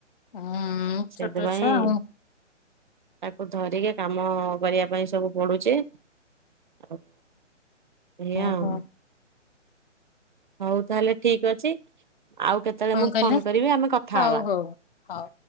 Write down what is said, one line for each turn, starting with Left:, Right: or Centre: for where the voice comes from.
Left: ହୁଁ
Right: ସେଥିପାଇଁ
Left: ଛୋଟ ଛୁଆ ଆଉ
Right: ତାକୁ ଧରିକି କାମ କରିବା ପାଇଁ ସବୁ ପଡୁଛି ଆଉ। ଏୟା
Left: ଓହୋ
Right: ଆଉ। ହଉ ତାହେଲେ ଠିକ୍ ଅଛି ଆଉ କେତେଳେ
Left: କଣ
Right: ମୁଁ
Left: କହିଲେ
Right: ଫୋନ କରିବି ଆମେ କଥା
Left: ହଉ
Right: ହବା।
Left: ହଉ ହଉ।